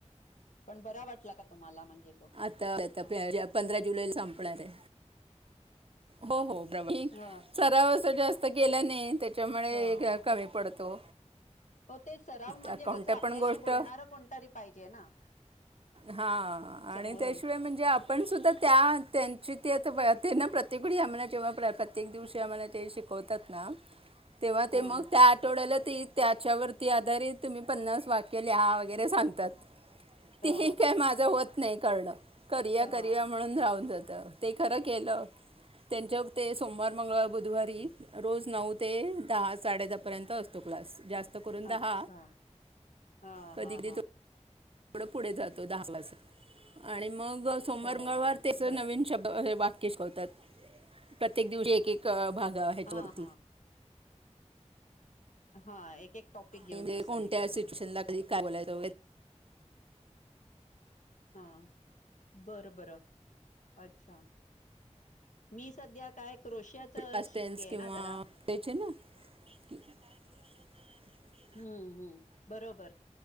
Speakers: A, on the left (about 85°); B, on the right (about 50°).
A: पण बरा वाटला का तुम्हाला म्हणजे तो
B: आता पंधरा जुलैला संपणार आहे हो हो बरोबर
A: हा
B: सराव अस जास्त केल्याने त्याच्यामुळे
A: हो
B: कमी पडतो
A: हो ते सराव म्हणजे
B: कोणत्या
A: कसं आपल्याशी
B: पण गोष्ट
A: बोलणार कोणतर पाहिजे ना
B: हा
A: समोरून
B: आणि त्याशिवाय म्हणजे आप पण सुुद्धा त्या त्यांची ते आता वयात हे ना प्रत्येकवेळी आम्हाला जेव्हा प्रत्येक दिवशी आम्हाला जे शिक होतात ना तेव्हा ते
A: हा
B: मग त्या आठवड्याला ती त्याच्यावरती आधारित तुम्ही पन्नास वाक्य लिहा वगैरे सांगतात
A: हा
B: ते काय माझं होत नाही करणं करया
A: हा
B: करया म्हणून राहून जातं ते खरं केलं त्यांच्या ते सोमवार मंगळवार बुधवारी रोज नऊ ते दहा साडे दहा पर्यंत असतो क्लास जास्त करून दहा
A: अच्छा हा
B: कधी
A: हा
B: कधी
A: हा
B: थोडं पुढे जातो दहा वाजता आणि मग सोमवार
A: हो
B: मंगळवार
A: हो
B: त्याच
A: बरोबर
B: नवीन शब्द हे वाक्य शिकावतात प्रत्येक दिवशी एक एक भाग आहेत
A: हा
B: वरती
A: हा हा एक एक टॉपिक घेऊन
B: म्हणजे
A: असं
B: कोणत्या
A: हे करतच
B: सिच्युएशनला कधी काय बोलायच
A: हा बरं बरं अच्छा मी सध्या काय क्रोशयाच
B: पास्ट
A: शिकतेय
B: टेन्स किंवा
A: ना जरा
B: त्याचे ना मीख्या काय घे तर
A: हम्म हम्म बरोबर